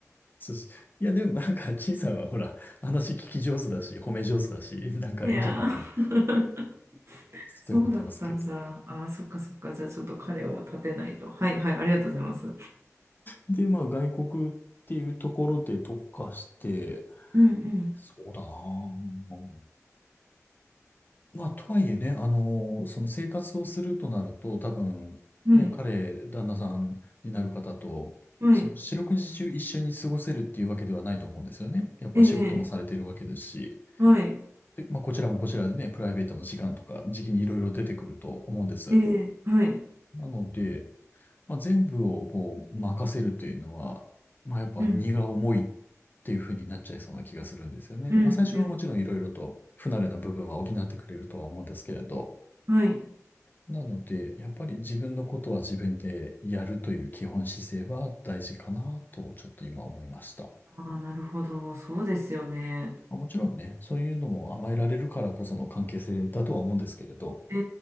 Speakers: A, on the left; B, on the right.
A: そうし、いや、でもなんか、陳さんはほら、話聞き上手だし、褒め上手だし、なんかいいんじゃないかなっ
B: いやーそうだったんだ。
A: て思ってますけど。
B: あー、そっかそっか。じゃあちょっと彼を立てないと。はいはい、ありがとうございます。
A: で、まあ、外国っていうところで特化して、
B: うん
A: そうだなぁ。まあ、とはいえね、あの、その生活をするとなると、多分、
B: うん。
A: ね、
B: はい、
A: 彼、旦那さんになる方と、
B: はい、
A: その四六時中一緒に過ごせるっていうわけではないと思うんですよね。やっぱ仕事もされてるわけですし、
B: ええ、はい、
A: で、まあ、こちらもこちらでね、プライベートの時間とか、時期にいろいろ出てくると思うんです。
B: ええ、はい、
A: なので、まあ、全部をこう、任せるというのは、まあ、やっぱ荷が重いっ
B: うん、
A: ていうふうになっちゃいそうな気がするんですよね。
B: うん、
A: まあ、最初はもちろんいろいろと不慣れな部分は補ってくれるとは思うんですけれど、
B: うん、はい。
A: なので、やっぱり自分のことは自分でやるという基本姿勢は大事かなと、ちょっと今思いました。
B: ああ、なるほど。そうですよね。
A: まあ、もちろんね、そういうのも甘えられるからこその関係性だとは思うんですけれど、
B: え